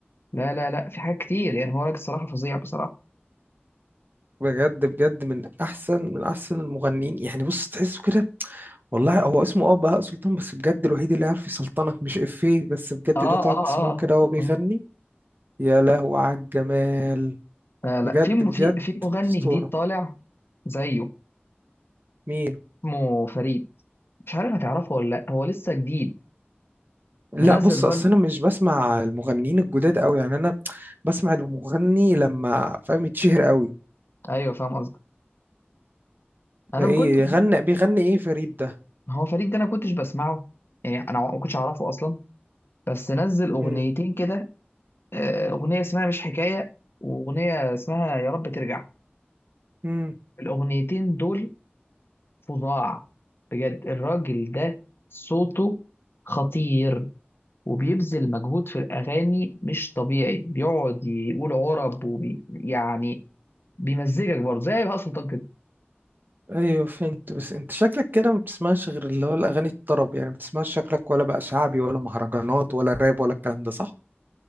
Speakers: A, on the left; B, on the right.
A: لا لا لا في حاجات كتير يعني هو راجل الصراحه فظيع بصراحه
B: بجد بجد من احسن من احسن المغنيين يعني بص تحسه كده والله هو اسمه اه بهاء سلطان بس بجد الوحيد اللي عارف يسلطنك مش افيه بس بجد
A: اه
B: ده تقعد
A: اه
B: تسمعه
A: اه
B: كده وهو بيغني
A: آه.
B: يا لهو على الجمال
A: لا
B: بجد
A: لا في م-
B: بجد
A: في في مغني
B: اسطوره
A: جديد طالع زيه
B: مين
A: اسمه فريد مش عارف هتعرفه ولا لا هو لسه جديد
B: لا
A: منزل
B: بص
A: برضه
B: اصل انا مش بسمع المغنيين الجداد قوي يعني انا بسمع المغني لما فاهم يتشهر قوي
A: ايوه فاهم قصدك انا
B: ده
A: ما
B: ايه
A: كنت
B: غنى بيغني ايه فريد ده
A: هو فريد ده انا ما كنتش بسمعه يعني انا ما كنتش اعرفه اصلا بس نزل اغنيتين
B: امم
A: كده آه، اغنيه اسمها مش حكايه واغنيه اسمها يا رب ترجع
B: امم
A: الاغنيتين دول فظاع بجد الراجل ده صوته خطير وبيبذل مجهود في الأغاني مش طبيعي بيقعد يقول عرب وبي يعني بيمزجك برضه زي بهاء سلطان كده
B: ايوه فهمت بس انت شكلك كده ما بتسمعش غير اللي هو الاغاني الطرب يعني ما بتسمعش شكلك ولا بقى شعبي ولا مهرجانات ولا راب ولا الكلام ده صح